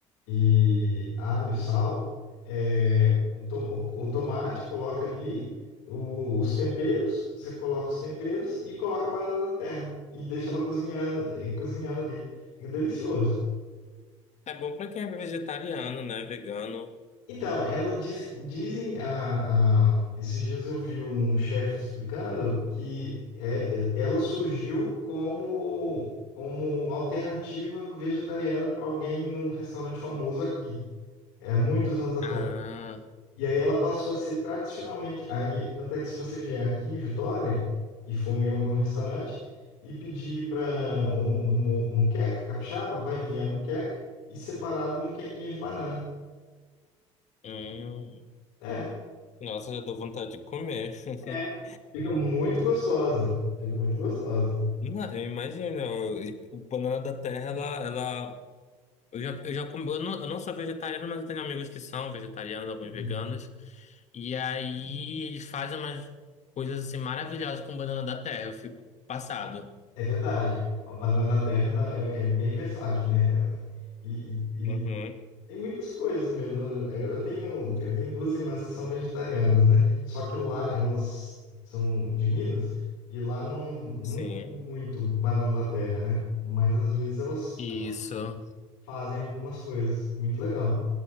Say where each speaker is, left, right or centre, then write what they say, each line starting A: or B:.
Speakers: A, on the left; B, on the left.
A: e alho, sal, é, o, to- o tomate, coloca ali o- os temperos, você coloca os temperos e coloca a banana da terra e deixa ela cozinhando, eh, cozinhando ali. Fica delicioso.
B: É bom pra quem é vegetariano, né? Vegano.
A: Então, ela diz, dizem a, a- esses dias eu vi um chefe explicando que é- é- ela surgiu como como alternativa vegetariana para alguém num restaurante famoso aqui. É, muitos anos atrás.
B: Ah,
A: E aí ela passou a ser tradicionalmente. Aí, tanto é que se você vier aqui em Vitória e for em algum restaurante e pedir para muqueca capixaba, vai vir a muqueca e separado o muquequinho de banana.
B: hum.
A: É,
B: Nossa, já dou vontade de comer.
A: É.
B: <laughs>
A: fica muito gostosa. Fica muito gostosa.
B: Não, eu imagino. E o Banana da Terra, ela, ela Eu já, eu já comi, eu não, eu não sou vegetariano, mas eu tenho amigos que são vegetarianos, alguns
A: E
B: veganos. E aí eles fazem umas coisas assim maravilhosas com banana da terra. Eu fico passado.
A: É verdade. A banana da terra dá- é, é bem versátil, né? E,
B: Uhum,
A: e- Tem muitas coisas mesmo. Eu eu tenho, eu tenho duas irmãs que são vegetarianas, né? Só que lá elas são de Minas e lá não, não
B: sim.
A: tem muito banana da terra, né? Mas às vezes elas,
B: Isso.
A: elas fazem algumas coisas. Muito legal,